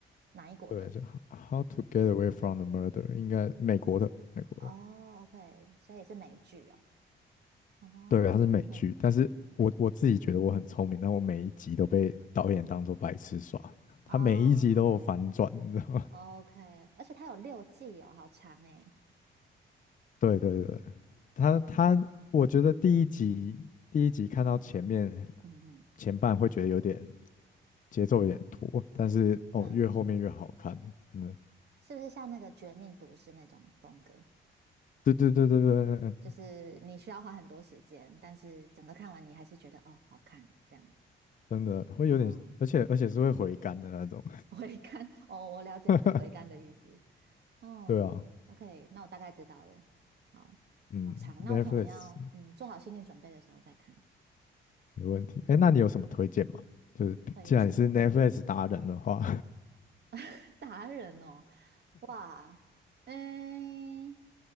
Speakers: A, on the right; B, on the left.
A: 哪一国的？
B: 对，就 h How to Get Away from the Murder，应该美国的美国的。
A: 哦，OK，所以是美剧哦，哦，OK。
B: 对，它是美剧，但是我我自己觉得我很聪明，但我每一集都被导演当做白痴耍，
A: 哦，
B: 他每一集都有反转，你知道吗？
A: OK，而且它有六季哦，好长诶。
B: <laughs> 对对对，他他，
A: 我嗯
B: 我觉得第一集第一集看到前面
A: 嗯嗯嗯
B: 前半会觉得有点节奏有点拖，但是哦越后面越好看，
A: 嗯，
B: 真的，
A: 是不是像那个《绝命毒师》那种风格？
B: 对对对对对对对，
A: 就是你需要花很多时间，但是整个看完你还是觉得哦好看这样子
B: 真的会有点，
A: 啊、
B: 而且而且是会回甘的那种，
A: 回甘 <laughs> 哦，我了解你的回甘的意思
B: <laughs>
A: 哦。
B: 对啊，
A: OK，那我大概知道了。好，
B: 嗯，Netflix
A: 好长，那我可能要嗯做好心理准备的时候再看。
B: 没问题。
A: 嗯，
B: 哎，那你有什么推荐吗？就是既然你是
A: 推荐
B: Netflix 达人的话，
A: <laughs> 达人哦，哇，诶。